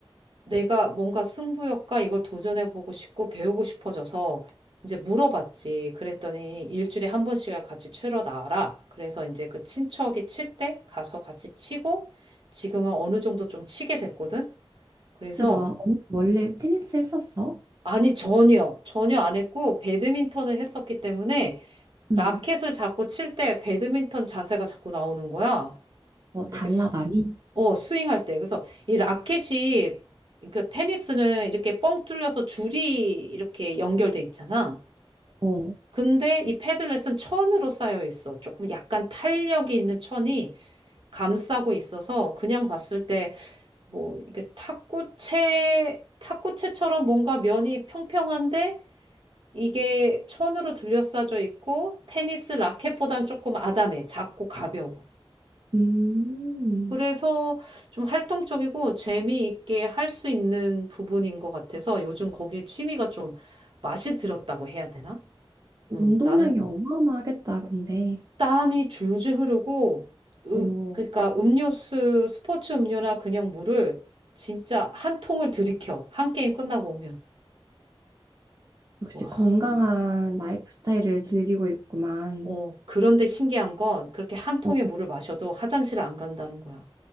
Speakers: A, on the right; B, on the right.
A: 내가 뭔가 승부욕과 이걸 도전해보고 싶고 배우고 싶어져서 이제 물어봤지. 그랬더니 일주일에 한 번씩을 같이 치러 나와라. 그래서 이제 그 친척이 칠 때 가서 같이 치고 지금은 어느 정도 좀 치게 됐거든. 그래서
B: 진짜 나 언니 원래 테니스 했었어?
A: 아니 전혀 전혀 안 했고 배드민턴을 했었기 때문에
B: 음,
A: 라켓을 잡고 칠 때 배드민턴 자세가 자꾸 나오는 거야.
B: 뭐 달라
A: 이렇게
B: 많이?
A: 어, 스윙할 때. 그래서 이 라켓이 그 테니스는 이렇게 뻥 뚫려서 줄이 이렇게 연결돼 있잖아.
B: 어.
A: 근데 이 패들렛은 천으로 쌓여 있어. 조금 약간 탄력이 있는 천이 감싸고 있어서 그냥 봤을 때 뭐 이게 탁구채 탁구채처럼 뭔가 면이 평평한데 이게 천으로 둘러싸져 있고 테니스 라켓보다는 조금 아담해. 작고 가벼워.
B: 음,
A: 그래서 좀 활동적이고 재미있게 할 수 있는 부분인 것 같아서 요즘 거기에 취미가 좀 맛이 들었다고 해야 되나?
B: 운동량이
A: 음, 나는
B: 어마어마하겠다, 근데.
A: 땀이 줄줄 흐르고, 음,
B: 어,
A: 그러니까 음료수, 스포츠 음료나 그냥 물을 진짜 한 통을 들이켜. 한 게임 끝나고 오면.
B: 역시
A: 와,
B: 건강한 라이프 스타일을 즐기고 있구만.
A: 어, 그런데 신기한 건 그렇게 한 통의
B: 어.
A: 물을 마셔도 화장실 안 간다는 거야.